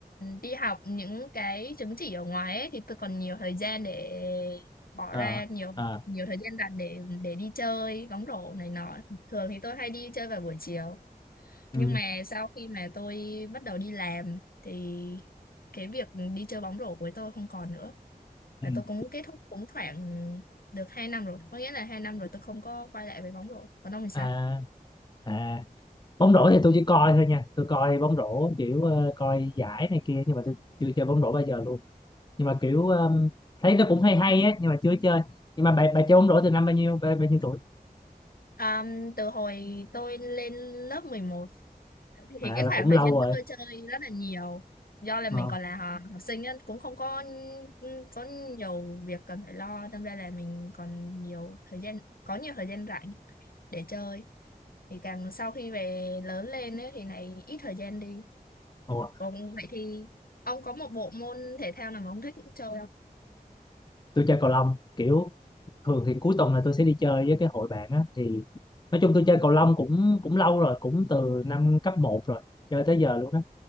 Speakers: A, on the left; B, on the left.
A: đi học những cái chứng chỉ ở ngoài ấy, thì tôi còn nhiều thời gian để bỏ
B: ờ
A: ra nhiều
B: ờ
A: nhiều thời gian rảnh để để đi chơi bóng rổ này nọ. Thường thì tôi hay đi chơi vào buổi chiều.
B: ừ.
A: nhưng mà sau khi mà tôi bắt đầu đi làm thì cái việc đi chơi bóng rổ của tôi không còn nữa và
B: ừ.
A: tôi cũng kết thúc cũng khoảng được 2 năm rồi có nghĩa là 2 năm rồi tôi không có quay lại với bóng rổ còn ông thì sao
B: à à bóng rổ thì tôi chỉ coi thôi nha tôi coi bóng rổ kiểu ờ, coi giải này kia nhưng mà tôi chưa chơi bóng rổ bao giờ luôn nhưng mà kiểu
A: Ừ.
B: um, thấy nó cũng hay hay á nhưng mà chưa chơi nhưng mà bà bà chơi bóng rổ từ năm bao nhiêu bao, bao nhiêu tuổi
A: Ờm, từ hồi tôi lên lớp 11 thì
B: à
A: cái
B: là
A: khoảng
B: cũng
A: thời
B: lâu
A: gian
B: rồi
A: đó tôi chơi rất là nhiều do là
B: ờ
A: mình còn là họ- học sinh á, cũng không có có nhiều việc cần phải lo đâm ra là mình còn nhiều thời gian có nhiều thời gian rảnh để chơi thì càng sau khi về lớn lên ấy, thì này ít thời gian đi
B: Ủa,
A: còn vậy thì ông có một bộ môn thể thao nào mà ông thích chơi
B: tôi chơi cầu lông kiểu thường thì cuối tuần là tôi sẽ đi chơi với cái hội bạn á thì nói chung tôi chơi cầu lông cũng cũng lâu rồi cũng từ năm cấp một rồi chơi tới giờ luôn á